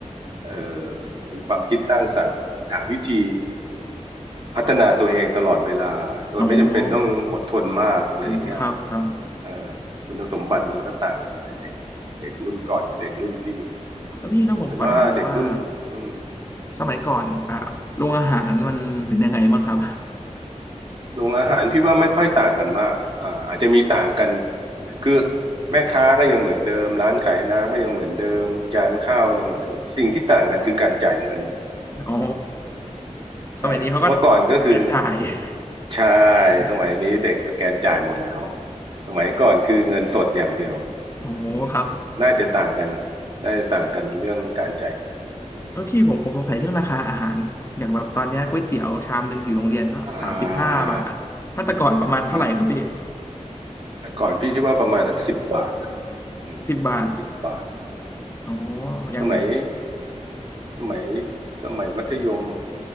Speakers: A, on the right (about 45°); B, on the left (about 20°).
A: เอ่อมีความคิดสร้างสรรค์หาวิธีพัฒนาตัวเองตลอดเวลาโดยไม่จำเป็นต้องอดทนมากอะไรอย่างเงี้ย
B: อ๋ออืมครับครับ
A: เอ่อคุณสมบัติมันก็ต่างกันไปเด็กเด็กรุ่นก่อนกับเด็กรุ่นพี่
B: แล้วพี่แล้วผมขอถามหน่อยว่า
A: แต่ว่าเด็กรุ่นอืม
B: สมัยก่อนอ่าโรงอาหารมันเป็นยังไงบ้างครับ
A: โรงอาหารพี่ว่าไม่ค่อยต่างกันมากอ่าอาจจะมีต่างกัน คือแม่ค้าก็ยังเหมือนเดิมร้านขายน้ำก็ยังเหมือนเดิมจานข้าวยังเหมือนเดิมสิ่งที่ต่างกันคือการจ่ายเงิน
B: อ๋อสมัยนี้เขาก็เป็นการจ่าย
A: อ่าเมื่อก่อนก็คือ
B: <laughs>
A: ใช่
B: ได้
A: สมัยนี้เด็กสแกนจ่ายหมดแล้วสมัยก่อนคือเงินสดอย่างเดียว
B: โอ้ครับ
A: อืมน่าจะต่างกัน น่าจะต่างกันเรื่องการจ่ายเงินเท่านั้นแหละ
B: เออพี่ผมผมสงสัยเรื่องราคาอาหารอย่างแบบตอนเนี้ยก๋วยเตี๋ยวชามหนึ่งอยู่โรงเรียนก็สามสิบห้าบาทถ้าแต่ก่อนประมาณเท่าไหร่ครับพี่
A: เอออ่าอืมแต่ก่อนพี่คิดว่าประมาณทักสิบบาทนะอืม
B: สิบบาท
A: สิบบาท
B: โออย่าง
A: สมัย สมัยสมัยมัธยม